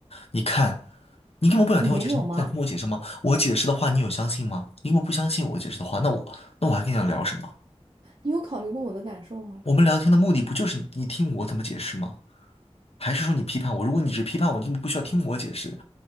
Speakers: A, on the left; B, on the right.
A: 你看，你根本不想听我解释，
B: 你没有吗？
A: 你想听我解释吗？我解释的话，你有相信吗？你根本不相信我解释的话，那我那我还跟你聊什么？
B: 你有考虑过我的感受吗？
A: 我们聊天的目的不就是你听我怎么解释吗？还是说你批判我？如果你只批判我，你根本不需要听我解释，